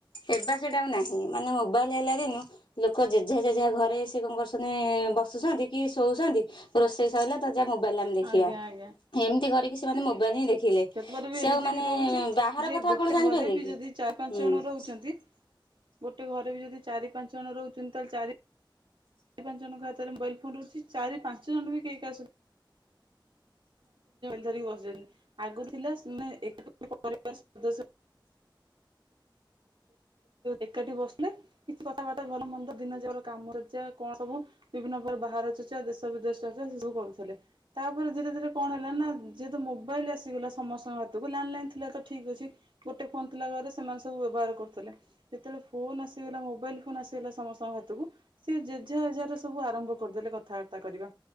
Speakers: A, on the left (about 85°); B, on the right (about 75°).
A: ଏବା ସେଟା ଆଉ ନାହିଁ ମାନେ ମୋବାଇଲ ହେଲା ଦିନୁ ଲୋକ ଜେଝା ଜେଝହା ଘରେ ସେ କଣ କରୁଛନ୍ତି ବସୁଛନ୍ତି କି ଶୋଉଛନ୍ତି ରୋଷେଇ ସରିଲା ତ ଯା ମୋବାଇଲରେ ଆମେ ଦେଖିବା।
B: ଆଜ୍ଞା ଆଜ୍ଞା।
A: ଏମିତି କରିକି ସେମାନେ ମୋବାଇଲ ହିଁ ଦେଖିଲେ
B: ପରେ ବି
A: ସେ
B: ଏମିତି
A: ଆଉ ମାନେ
B: ବି ରହୁଛି
A: ବାହାର
B: ଯେ
A: କଥା
B: ଗୋଟେ
A: ଆଉ କଣ ଜାଣିପାରଲେ
B: ଘରେ ବି
A: କି?
B: ଯଦି ଚାରି ପାଞ୍ଚ
A: ହୁଁ।
B: ଜଣ ରହୁଚନ୍ତି।
A: <inaudible>
B: ଗୋଟେ ଘରେ ବି ଯଦି ଚାରି ପାଞ୍ଚ ଜଣ ରହୁଛନ୍ତି ତାହେଲେ ଚାରି ଚାରି ପାଞ୍ଚ ଜଣଙ୍କ ହାତରେ ମୋବାଇଲ ଫୋନ ରହୁଛି ଚାରି ପାଞ୍ଚ ଜଣ ବି କେହି କାହା ସହ ଧରିକି ବସିଛନ୍ତି ଆଗରୁ ଥିଲା ସେ ଏକ ପରିବାର ସଦସ୍ୟ ଏକାଠି ବସିଲେ କିଛି କଥାବାର୍ତ୍ତା ଭଲ ମନ୍ଦ ଦିନ ଯାକର କାମ ଚର୍ଚ୍ଚା କଣ ସବୁ ବିଭିନ୍ନ ପ୍ରକାର ବାହାରେ ଚର୍ଚ୍ଚା ଦେଶ ବିଦେଶ ଚର୍ଚ୍ଚା ସେ ସବୁ କରୁଥିଲେ। ତାପରେ ଧୀରେ ଧୀରେ କଣ ହେଲା ନା ଯେହେତୁ ମୋବାଇଲ ଆସିଗଲା ସମସ୍ତଙ୍କ ହାତକୁ ଲାଣ୍ଡଲାଇନ ଥିଲା ତ ଠିକ୍ ଅଛି ଗୋଟେ ଫୋନ ଥିଲା ଘରେ ସେମାନେ ସବୁ ବ୍ୟବହାର କରୁଥିଲେ, ଯେତେବେଳେ ଫୋନ୍ ଆସିଗଲା ମୋବାଇଲ ଫୋନ ଆସିଗଲା ସମସ୍ତଙ୍କ ହାତକୁ ସେ ଜେଜା ଜେଜା ର ସବୁ ଆରମ୍ଭ କରିଦେଲେ କଥାବାର୍ତ୍ତା କରିବା